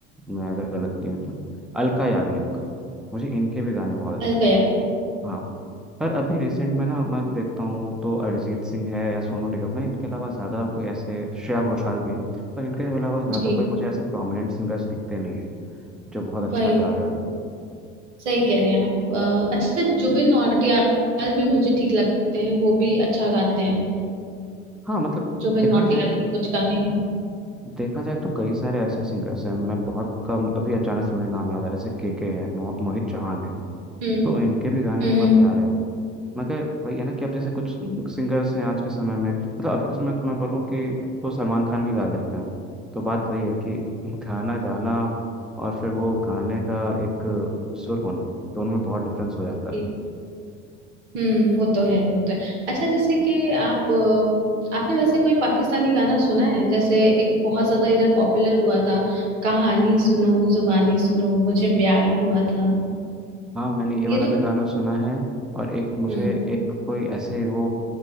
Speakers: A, in the centre; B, on the right.
A: मैं अगर गलत नहीं हूँ तो अलका याग्निक मुझे इनके भी गाने बहुत अच्छे
B: अलकयार
A: लगते हैं हाँ पर अभी रिसेंट में ना मैं देखता हूँ तो अरिजीत सिंह है या सोनू निगम है इनके अलावा ज़्यादा कोई ऐसे श्रेया घोषाल भी हैं पर इनके अलावा ज़्यादा
B: जी
A: कोई मुझे ऐसे प्रोमिनेंट सिंगर्स दिखते नहीं है जो बहुत अच्छा
B: वही
A: गा रहे हो
B: सही कह रहे हैं आप अ, अच्छा जुबिन नौटियाल भी मुझे ठीक लगते हैं वो भी अच्छा गाते हैं
A: हाँ मतलब
B: जुबिन
A: देखा
B: नौटियाल
A: जाए
B: के कुछ गाने हैं
A: देखा जाए तो कई सारे ऐसे सिंगर्स हैं मैं बहुत कम अभी अचानक से मुझे नाम याद आ रहा है जैसे के के है मो, मोहित चौहान है
B: हम्म
A: तो इनके भी गाने
B: हम्म
A: बहुत प्यारे हैं मगर वही है ना कि अब जैसे कुछ
B: हम्म
A: सिंगर्स हैं आज के समय में मतलब अभी के समय में तो मैं बोलूँ कि तो सलमान खान भी गा लेते हैं तो बात वही है कि गाना गाना और फिर वो गाने का एक सुर होना दोनों में बहुत डिफरेंस हो जाता
B: जी,
A: है
B: हम्म वो तो है वो तो है अच्छा जैसे कि आप अ, आपने वैसे कोई पाकिस्तानी गाना सुना है जैसे एक बहुत ज्यादा इधर पॉपुलर हुआ था कहानी सुनो जुबानी सुनो मुझे प्यार हुआ था
A: हाँ मैंने ये
B: ये
A: वाला
B: तो
A: भी गाना सुना है और एक मुझे
B: हम्म
A: एक कोई ऐसे वो